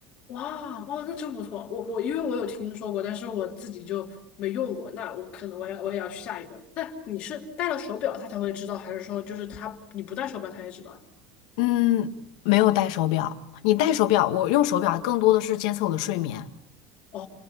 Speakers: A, on the left (about 40°); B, on the left (about 75°).
A: 哇，哦，那真不错。我我因为我有听说过，但是我自己就没用过。那我可能我要我也要去下一个。但你是戴了手表他才会知道，还是说就是他你不戴手表他也知道呀？
B: 嗯，没有戴手表。你戴手表，我用手表更多的是监测我的睡眠。
A: 哦